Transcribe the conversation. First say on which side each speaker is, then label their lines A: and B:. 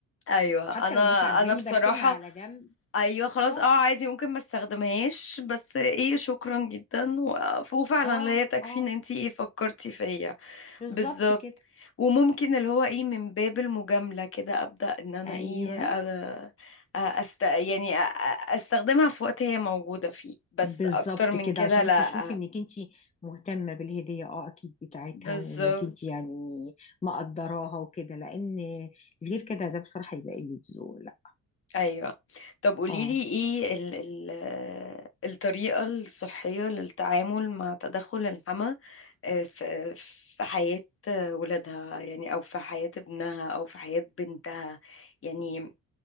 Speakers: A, on the left; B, on the left.
A: ايوه
B: حتى
A: انا
B: لو مش عجباني
A: انا بصراحه
B: بركنها على جنب
A: ايوه خلاص
B: خلاص
A: اه عادي ممكن ما استخدمهاش بس ايه شكرا جدا و- وفعلا
B: اه
A: لا هي تكفي
B: اه
A: ان انتي ايه فكرتي فيا
B: بالظبط
A: بالظبط
B: كده
A: وممكن اللي هو ايه من باب المجاملة كده ابدأ ان انا
B: ايوه
A: ايه أ- أ- أست... يعني أ- أ- استخدمها في وقت هي موجودة فيه بس
B: بالظبط
A: اكتر من
B: كده
A: كده
B: عشان
A: لا
B: تشوفي انك انت مهتمه بالهديه اه اكيد بتاعتها
A: بالظبط
B: وانك انت يعني مقدراها وكده لان غير كده ده بصراحه يبقى قله ذوق لا
A: ايوه طب قوليلي
B: اه
A: ايه ال... ال... الطريقة الصحية للتعامل مع تدخل الحمى آه، في في حياة ولادها يعني او في حياة ابنها او في حياة بنتها يعني